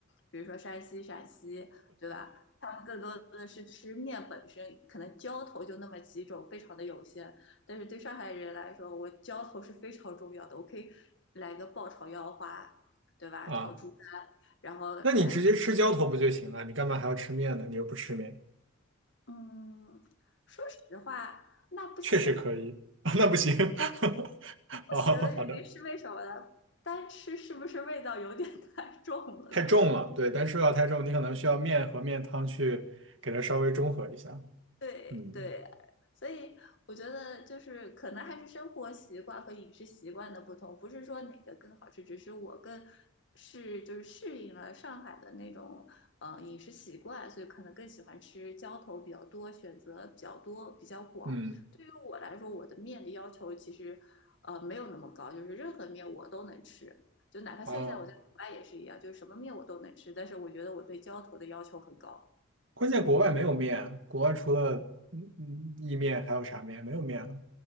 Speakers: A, on the left; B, on the right.
A: 比如说山西、陕西，对吧？他们更多的是吃面本身，可能浇头就那么几种，非常的有限。但是对上海人来说，我浇头是非常重要的，我可以来个爆炒腰花，对吧？
B: 啊，
A: 炒猪肝，然后来个
B: 那你直接吃浇头不就行了？你干嘛还要吃面呢？你又不吃面，
A: 嗯，说实话，那不行呀。
B: 确实可以啊，<laughs> 那不行 <laughs>
A: 不行的原因是为什么呢？
B: 哦，好的，
A: 单吃是不是味道有点太重了呢？
B: 太重了，对，但是要太重，你可能需要面和面汤去给它稍微中和一下。
A: 对对，
B: 嗯
A: 所以我觉得就是可能还是生活习惯和饮食习惯的不同，不是说哪个更好吃，只是我更是就是适应了上海的那种呃饮食习惯，所以可能更喜欢吃浇头比较多，选择比较多，比较广。
B: 嗯，
A: 对于我来说，我的面的要求其实呃没有那么高，就是任何面我都能吃，就哪怕现在我在国外也是一样，
B: 哦，
A: 就是什么面我都能吃，但是我觉得我对浇头的要求很高。
B: 关键国外没有面啊，国外除了嗯嗯意面还有啥面？没有面了。